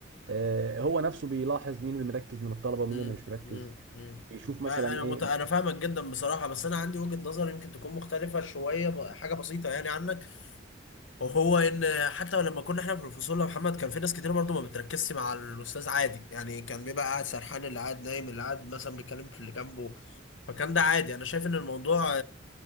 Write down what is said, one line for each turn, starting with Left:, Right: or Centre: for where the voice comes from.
Right: آه، هو نفسه بيلاحظ مين اللي مركز من الطلبه ومين
Left: مم.
Right: اللي مش مركز
Left: مم. مم.
Right: بيشوف مثلا
Left: انا
Right: ايه
Left: مت... انا فاهمك جدا بصراحه بس انا عندي وجهه نظر يمكن تكون مختلفه شويه ب... حاجه بسيطه يعني عنك وهو ان حتى لما كنا احنا في الفصول يا محمد كان في ناس كتير برضو ما بتركزش مع الاستاذ عادي يعني كان بيبقى قاعد سرحان اللي قاعد نايم اللي قاعد مثلا بيتكلم في اللي جنبه فكان ده عادي انا شايف ان الموضوع